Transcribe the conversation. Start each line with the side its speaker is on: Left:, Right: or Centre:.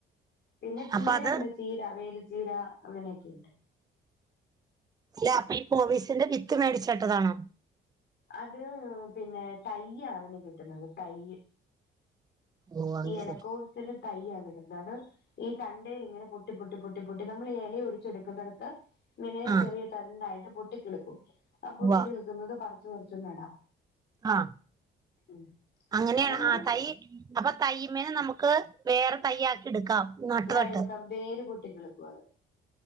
Left: പിന്നെ ചീരുണ്ട്
Right: അപ്പൊ അത്
Left: ചീര വേൽ ചീര അങ്ങനെയൊക്കെയുണ്ട്
Right: അല്ലെ അപ്പൊ ഈ പോലീസിന്റെ വിത്ത് മേടിച് നട്ടതാണോ
Left: അത് പിന്നെ തയ്യ് ആണ് കിട്ടുന്നത് തയ്യ്
Right: ഓ അങ്ങനെ
Left: ഈ ഇലക്കോവിസിന്റെ തയ്യ് ആണ് കിടുന്നത് ഈ തണ്ടൽ ഇങ്ങനെ പൊട്ടി പൊട്ടി പൊട്ടി പൊട്ടി നമ്മള്ഈ ഇലൊടിച്ചെടുക്കുന്നടത്ത് ഇങ്ങനെ
Right: ആ
Left: ചെറിയ തണ്ടായിട്ട് പൊട്ടിക്കിളക്കും ആ പൊട്ടിക്കിളിക്കുന്നത്
Right: ഉവ്വ
Left: പറച്ചു പറച്ചും നടാം
Right: ആഹ
Left: ഉം
Right: അങ്ങനെയ
Left: അതന്നേരം
Right: ആ തൈ അപ്പൊ തയ്മേന് നമുക്ക് വേറെ തയ്യ ആക്കി എടുക്കാം നട്ട്
Left: ആ
Right: തട്ട്
Left: എടുക്കാം വേര് പൊട്ടി കിളിക്കും അത്